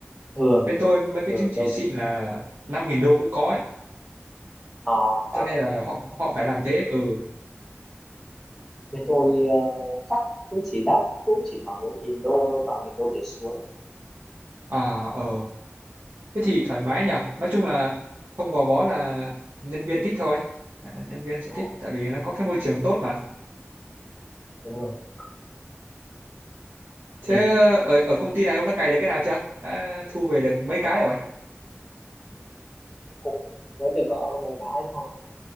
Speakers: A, in the centre; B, on the right.
A: thường
B: bên tôi mấy cái
A: thường
B: chứng chỉ
A: đâu
B: xịn
A: đấy
B: là 5 nghìn đô cũng có ấy.
A: ờ
B: Cho
A: cao
B: nên
A: thế
B: là họ họ phải làm thế, ừ.
A: bên tôi ờ, chắc chứng chỉ đắt cũng chỉ khoảng độ nghìn đô thôi toàn nghìn đô trở xuống
B: À, ờ thế thì thoải mái nhở nói chung là không gò bó là nhân viên thích thôi à, nhân viên sẽ
A: đúng
B: thích
A: rồi,
B: tại vì nó có cái môi trường tốt mà
A: đúng rồi. ừ.
B: thế ờ, ở ở công ty này ông đã cày được cái nào chưa đã thu về được mấy cái rồi
A: cũng mới được có mấy cái thôi